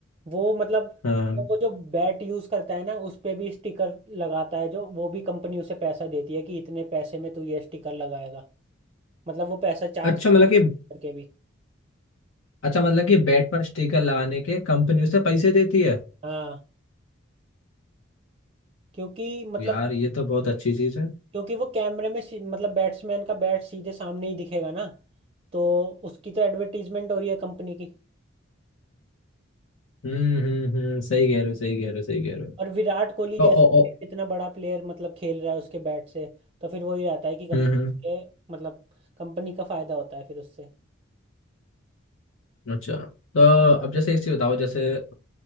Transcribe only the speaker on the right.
वो मतलब
वो जो बैट यूज करता है ना उस पे भी स्टिकर लगाता है जो वो भी कंपनी उसे पैसा देती है कि इतने पैसे में तू ये स्टिकर लगाएगा मतलब वो पैसा चार्ज
करके भी
हाँ क्योंकि मतलब
क्योंकि वो कैमरे में सी- मतलब बैट्समैन का बैट सीधे सामने ही दिखेगा ना तो उसकी तो एडवर्टीजमेंट हो रही है कंपनी की
और विराट कोहली जैसे
इतना बड़ा प्लेयर मतलब खेल रहा है उसके बैट से तो फिर वही रहता है कि कंपनी
के मतलब कंपनी का फायदा होता है फिर उससे